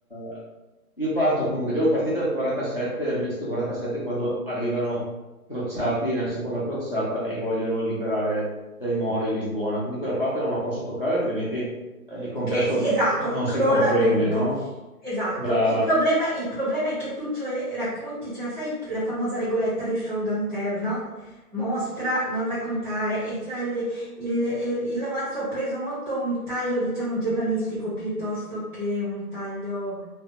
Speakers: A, on the left; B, on the right.
A: eh, io parto comunque, devo partire dal 47, dal 1947, quando arrivano crociati nella seconda crociata e vogliono liberare dai Mori Lisbona. Quindi quella parte non la posso toccare, altrimenti eh, il contesto
B: Ok, sì, esatto,
A: no- non
B: crolla
A: si comprende,
B: tutto.
A: no?
B: Esatto.
A: Brava.
B: Il problema, il problema è che tu cioè, racconti, cioè, sai la famosa regoletta di Showdown Tell, no? Mostra, non raccontare, e cioè il, il- eh, il romanzo ha preso molto un taglio, diciamo, giornalistico piuttosto che un taglio,